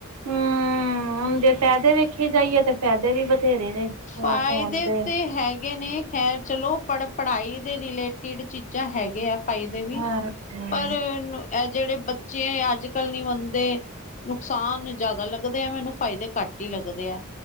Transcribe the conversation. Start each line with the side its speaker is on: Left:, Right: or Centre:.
Right: ਹਮ ਹੁਣ ਜੇ ਫਾਇਦੇ ਵੇਖੀ ਜਾਈਏ ਤੇ ਫਾਇਦੇ ਵੀ ਬਥੇਰੇ ਨੇ ਉਹ
Left: ਫਾਇਦੇ
Right: ਫੋਨ ਦੇ
Left: ਤੇ ਹੈਗੇ ਨੇ ਹੈ ਚਲੋ ਪੜ੍ਹ -ਪੜ੍ਹਾਈ ਦੇ ਰਿਲੇਟਿਡ ਚੀਜ਼ਾਂ ਹੈਗੇ ਆ ਫਾਈਦੇ ਵੀ,
Right: ਹਾਂ
Left: ਪਰ ਇਹ ਜਿਹੜੇ ਬੱਚੇ ਅੱਜ- ਕੱਲ੍ਹ ਨੀ ਮੰਨਦੇ ਨੁਕਸਾਨ ਜ਼ਿਆਦਾ ਲੱਗਦੇ ਆ ਮੈਨੂੰ, ਫਾਇਦੇ ਘੱਟ ਈ ਲੱਗਦੇ ਆ।